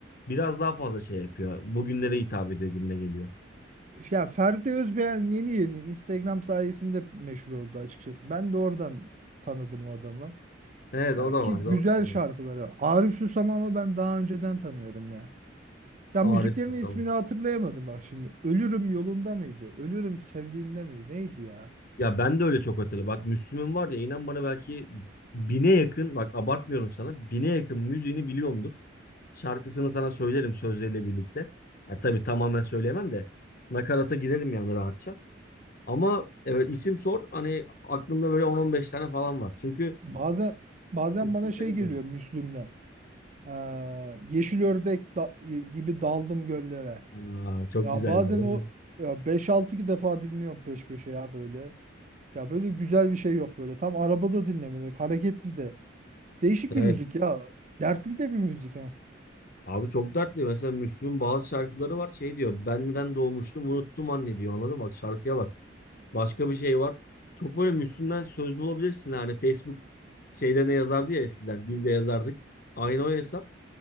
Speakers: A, on the left (about 50°); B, on the right (about 40°).
A: biraz daha fazla şey yapıyor. Bugünlere hitap ediyor gibime geliyor.
B: Ya Ferdi Özbeğen yeni yeni Instagram sayesinde meşhur oldu açıkçası. Ben de oradan tanıdım o adamı.
A: Evet
B: Ya
A: o da
B: ki
A: var doğru
B: güzel
A: söylüyorsun.
B: şarkıları. Arif Susam ama ben daha önceden tanıyorum ya. Ya
A: Arif
B: müziklerinin
A: Susam.
B: ismini hatırlayamadım bak şimdi. Ölürüm yolunda mıydı? Ölürüm sevdiğinde miydi? Neydi ya?
A: Ya ben de öyle çok hatırlı. Bak Müslüm'ün var ya inan bana belki bine yakın bak abartmıyorum sana bine yakın müziğini biliyorumdur. Şarkısını sana söylerim sözleriyle birlikte. Ya tabii tamamen söyleyemem de nakarata girerim yani rahatça. Ama evet, isim sor hani aklımda böyle on on beş tane falan var. Çünkü
B: Bazen bazen
A: Müslüm
B: bana şey
A: benim
B: geliyor
A: bu.
B: Müslüm'den. Ee, yeşil ördek da- gibi daldım göllere.
A: Aa, çok
B: Ya
A: güzeldi
B: bazen
A: değil
B: o
A: mi?
B: ya beş 6 defa dinliyorum peş peşe ya böyle. Ya böyle güzel bir şey yok böyle. Tam arabada dinlemelik, hareketli de. Değişik
A: Evet.
B: bir müzik ya. Dertli de bir müzik ha.
A: Abi çok dertli. Mesela Müslüm'ün bazı şarkıları var şey diyor. Ben neden doğmuştum unuttum anne diyor. Anladın mı? Bak şarkıya bak. Başka bir şey var. Çok böyle Müslüm'den söz bulabilirsin. Yani Facebook şeyde ne yazardı ya eskiden. Biz de yazardık. Aynı o hesap.